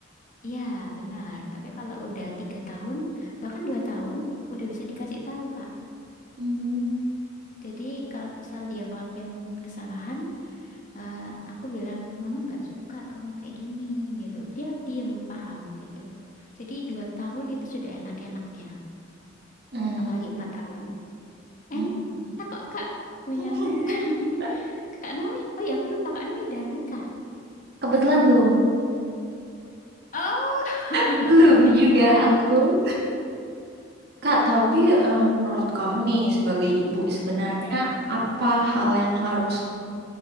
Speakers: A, on the left (about 40°); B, on the right (about 55°).
A: Iya, benar. Tapi kalau udah tiga tahun, bahkan dua tahun, udah bisa dikasih tahu, Kak.
B: Hmm,
A: Jadi kalau misal dia ngelakuin kesalahan, eh, aku bilang, Mama nggak suka kamu kayak gini, gitu. Dia diem, paham, gitu. Jadi dua tahun itu sudah enak-enaknya.
B: mm,
A: Apalagi empat tahun.
B: mm,
A: Enak
B: mm.
A: kok, Kak. Punya
B: <laughs>
A: anak. <laughs> Kak Naomi, oh ya aku lupa, Kak Naomi udah nikah.
B: Kebetulan belum
A: Oh,
B: belum
A: <laughs>
B: juga
A: ya sudah.
B: aku Kak tapi eh, menurut kamu nih sebagai ibu sebenarnya apa hal yang harus